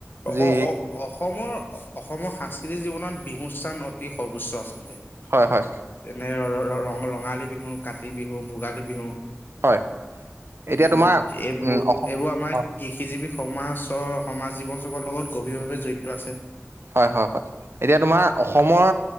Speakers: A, on the right; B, on the left.
A: যি
B: অস অসমৰ, অসমৰ সাংস্কৃতিক জীৱনত বিহু স্থান অতি সৰ্বোচ্চ আচলতে।
A: হয়-হয়।
B: যেনে- ৰ- ৰ- ৰঙালী বিহু, কাতি বিহু, ভোগালী বিহু। উম'
A: হয় এতিয়া তোমাৰ
B: এইবোৰ,
A: উম অসম
B: এইবোৰ আমাৰ-
A: অ
B: কৃষিজীৱী সমাজৰ সমাজ জীৱন চগৰ লগত গভীৰভাৱে জড়িত আছে।
A: হয়-হয়-হয়। এতিয়া তোমাৰ অসমৰ